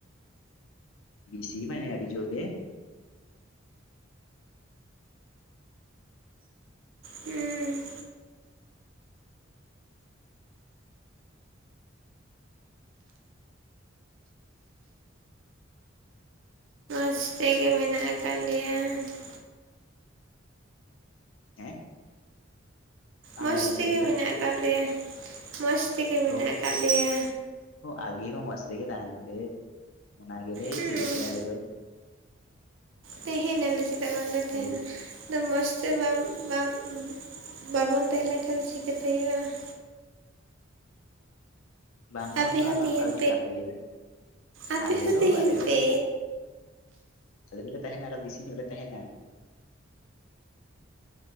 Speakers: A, on the left; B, on the right.
A: ᱵᱮᱥᱤ ᱢᱟᱱᱮ ᱟᱹᱰᱤ ᱡᱳᱨ ᱜᱮ
B: ᱦᱮᱸ <unintelligible> ᱛᱮ ᱜᱮ ᱢᱮᱱᱟᱜ ᱟᱠᱟᱫ ᱞᱮᱭᱟ ᱾
A: ᱦᱮᱸᱜ ᱵᱟᱝᱞᱮ
B: ᱢᱚᱡᱽ
A: ᱟᱸᱡᱚᱢ
B: ᱛᱮᱜᱮ
A: ᱛᱤᱭᱚᱜ ᱞᱮᱫᱟ
B: ᱢᱮᱱᱟᱜ ᱟᱠᱟᱫ ᱞᱮᱭᱟ ᱢᱚᱡᱽ ᱛᱮᱜᱮ ᱢᱮᱱᱟᱜ
A: <unintelligible>
B: ᱟᱠᱟᱫ ᱞᱮᱭᱟ
A: ᱟᱸᱜᱮ ᱦᱚᱸ ᱢᱚᱡᱽ ᱛᱮᱜᱮ ᱛᱟᱦᱮᱱ ᱯᱮ ᱚᱱᱟ ᱜᱮᱞᱮ
B: ᱦᱮᱸ
A: ᱪᱟᱹᱭᱟᱹᱜ ᱠᱟᱱᱟ ᱟᱞᱮ ᱫᱚ <inaudible>
B: ᱛᱟᱦᱮᱱ ᱟᱞᱮ ᱪᱮᱫᱟᱜ ᱵᱟᱝᱞᱮ
A: ᱦᱳᱭ
B: ᱛᱟᱦᱮᱱᱟ᱾ ᱢᱚᱡᱽ ᱛᱮ ᱵᱟᱢ ᱵᱟᱢ ᱵᱟᱵᱚᱱ ᱛᱟᱦᱮᱸ ᱞᱮᱱᱠᱷᱟᱱ ᱫᱚ ᱪᱤᱠᱟᱹᱛᱮ ᱦᱩᱭᱩᱜ-ᱟ ᱾
A: ᱵᱟᱝ
B: ᱟᱯᱮ
A: ᱵᱚᱱ ᱫᱚ
B: ᱦᱚᱸ
A: ᱚᱱᱠᱟ
B: ᱛᱟᱦᱮᱱ
A: ᱫᱚ ᱪᱮᱫ ᱞᱮᱠᱟ ᱯᱮ ᱞᱟᱹᱭᱫᱟ
B: ᱟᱯᱮ
A: ᱟᱞᱮ
B: ᱦᱚᱸ
A: ᱫᱚ
B: ᱛᱟᱦᱮᱱ
A: ᱟᱞᱮ ᱫᱚᱞᱮ
B: ᱯᱮ
A: ᱟᱞᱮ ᱫᱚᱞᱮ ᱛᱟᱦᱮᱱᱟ ᱟᱨᱚ ᱵᱤᱥᱤ ᱧᱚᱜ ᱞᱮ ᱛᱟᱦᱮᱱᱟ᱾